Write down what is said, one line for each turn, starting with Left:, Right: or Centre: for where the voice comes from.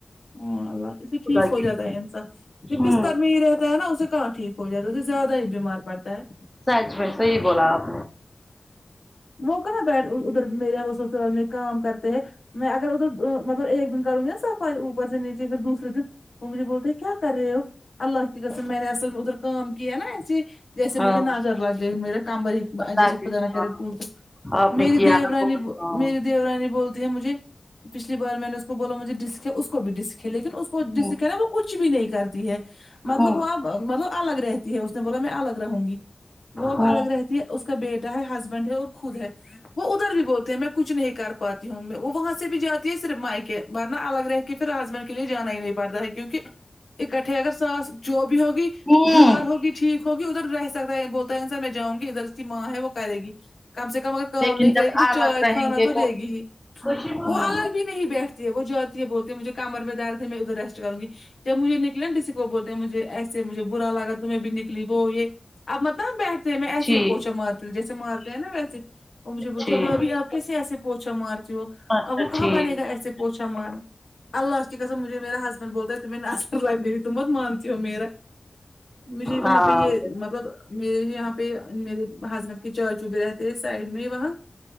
Left: ہون اللہ اسے ٹھیک
Centre: خدا
Left: ہو
Centre: کی
Left: جاتا ہے انسان جب
Centre: ہوں
Left: بستر میں ہی رہ تا ہے نا اس کہاں ٹھیک ہو جاتا ہے اسے زیادہ ہی بیمار پڑتا ہے
Centre: سچ میں صحیح بولا آپ نے
Left: وہ کہنا بیٹھ ادھر میرے وہ سسرال میں کام کرتے ہیں میں اگر ادھر وں مطلب ایک دن کروں گی نا صفائی اوپر سے نیچے پھر دوسر دن وہ مجھے بولتے کیا کر رہے ہو اللہ کی قسم میںی نے اصل ادھر کام کیا نا ایسے جیسے مجھے
Centre: ہاں
Left: نظر لگئی میرے کام والی
Centre: اللہ
Left: جیسے
Centre: کی
Left: خدا نہ کرے
Centre: ہاں
Left: ہ
Centre: آپ نے
Left: میری
Centre: کیا
Left: دیورانی
Centre: نا بہت
Left: ب
Centre: ہاں
Left: میری دیورانی بولتی ہے مجھے پچھلی بار میں نے اس نے بولا مجھے ڈسک ہے اس کو بھی ڈسک ہے لیکن اس کو ڈسک
Centre: ہوں
Left: ہے نا وہ کچھ بھی نہیں کرتی ہے مطلب
Centre: ہوں
Left: وہ اب مطلب الگ رہتی ہے اس نے بولا میں الگ رہوں گی وہ اب
Centre: ہوں
Left: الگ رہتی ہے اس کا بیٹا ہے ہس بنڈ ہے اور خود ہے وہ ادھر بھی بولتے ہیں میں کچھ نہیں کر پاتی ہوں میں وہاں سے بھی جاتی ہے صرف مائکے ورنہ الگ رہ کے پھر ہسبینڈ کے لیے جانا ہی نہیں پڑتا ہے کیونکہ اکٹھے اگر ساس جو بھی ہوگی
Centre: ہوں
Left: بیمار ہوگی ٹھیک ہوگی ادھر رہے سکتا ہے وہ <unintelligible> میں جاؤں گی ادھر کی ماں ہے وہ کرے گی کم سے کم اگر کام
Centre: لیکن
Left: نہیں کرے
Centre: جب
Left: گی تو
Centre: الگ
Left: چائے
Centre: رہیں
Left: کھانا
Centre: گے
Left: تو دے گی ہی
Centre: ہوں
Left: وہ الگ بھی نہیں بیٹھتی ہے وہ جاتی ہے بولتی ہے مجھے کمر میں درد ہے میں ادھر ریسٹ کروں گی جب مجھے نکلے کسی کو بولتے ہیں مجھے ایسے مجھے برا لگا تو میں بھی نکلی وہ یے اب مطلب بیٹھتے ہیں میں ایسے
Centre: جی
Left: ہی پوچا مارتی ہو جیسے مارتے ہیں نا ویسے وہ مجھے بولتی
Centre: ٹھیک
Left: بھابی آپ کیسے ایسے پوچھا مارتی ہو
Centre: اچھا
Left: اب وہ کہاں
Centre: ٹھیک
Left: بنے گا ایسے پوچا مارا اللہ کی قسم مجھے میرا ہسبینڈ بولتا ہے تمہیں نظر لگ گئی تم بہت مانتی ہو میرا مجھے وہاں
Centre: ہاں
Left: پے یہ مطلب میرے یہاں پے میرے ہسبینڈ کے چاچو بھی رہتے ہیں سائڈ میں ہی وہاں